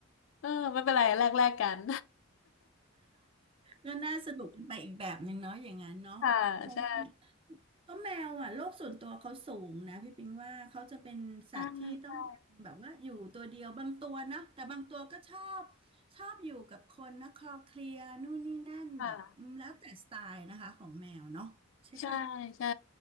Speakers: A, on the left (about 65°); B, on the right (about 25°).
A: เออไม่เป็นไรแลกแลกกัน
B: ก็น่าสนุกเป็นไปอีกแบบหนึ่งเนาะอย่างนั้นเนาะเพราะว่า
A: <laughs> ค่ะใช่
B: ก็แมวอ่ะโลกส่วนตัวเขาสูงนะพี่ปิงว่าเขาจะเป็นสัตว์ที่ต้องการแบบว่าอยู่ตัวเดียวบางตัวเนาะแต่บางตัวก็ชอบ
A: ใช่ใช่
B: ชอบอยู่กับคนนะคลอเคลียร์นู่นนี่นั่นแบบอืมแล้วแต่สไตล์นะคะของแมวเนาะใช่ปะ
A: ค่ะ ใช่ใช่